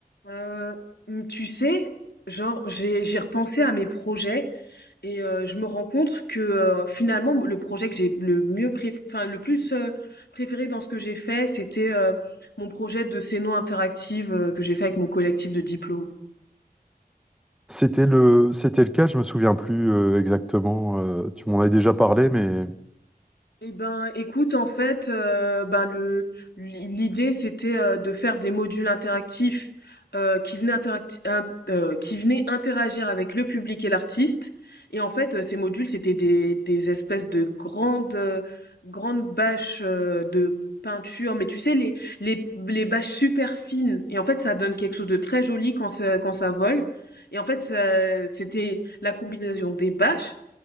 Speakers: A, on the left (about 85°); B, in the centre.
A: Euh, hum, tu sais, genre j'ai j'ai repensé à mes projets et euh, je me rends compte que euh, finalement le projet que j'ai le mieux pré, enfin le plus euh, préféré dans ce que j'ai fait, c'était euh, mon projet de scéno interactive euh, que j'ai fait avec mon collectif de diplôme.
B: C'était le, c'était le cas, je me souviens plus euh, exactement. euh, tu m'en as déjà parlé, mais
A: Eh ben, écoute, en fait, euh, ben le l'idée c'était euh, de faire des modules interactifs euh, qui venaient interacti- in- euh, qui venaient interagir avec le public et l'artiste. Et en fait, euh, ces modules c'était des des espèces de grandes euh, grandes bâches euh, de peinture, mais tu sais les les les bâches super fines. Et en fait, ça donne quelque chose de très joli quand ça quand ça vole. Et en fait, ça- c'était la combinaison des bâches